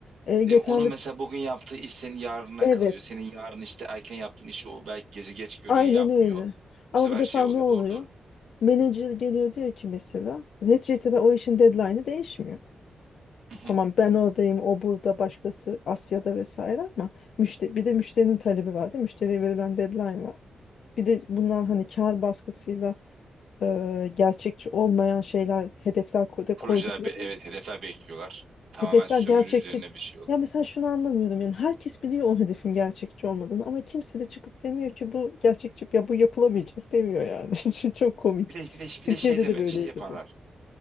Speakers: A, on the left (about 75°); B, on the right (about 85°).
A: E, yeterli
B: Değil mi? Onun mesela bugün yaptığı iş senin yarına
A: Evet.
B: kalıyor. Senin yarın işte erken yaptığın işi o belki gece geç görüyor,
A: Aynen
B: yapmıyor.
A: öyle. Ama
B: Bu sefer
A: bu defa
B: şey oluyor.
A: ne oluyor?
B: Doğru doğru.
A: Menajer geliyor diyor ki mesela neticede ben o işin deadline'ı değişmiyor.
B: Hı hı.
A: Tamam ben oradayım, o burada, başkası Asya'da vesaire ama müşteri, bir de müşterinin talebi var değil mi? Müşteriye verilen deadline var. Bir de bunlar hani kar baskısıyla e, gerçekçi olmayan şeyler, hedefler ko- da koydukları
B: Projeler be- evet hedefler bekliyorlar. Tamamen
A: Hedefler
B: sömürü
A: gerçekçi.
B: üzerine bir şey oluyor.
A: Ya mesela şunu anlamıyorum yani herkes biliyor o hedefin gerçekçi olmadığını ama kimse de çıkıp demiyor ki bu gerçekçi ya bu yapılamayacak demiyor yani. <laughs> Çok komik.
B: Bir de bir de
A: Türkiye'de
B: bir de şey deme
A: de böyleydi
B: şey yaparlar.
A: bu.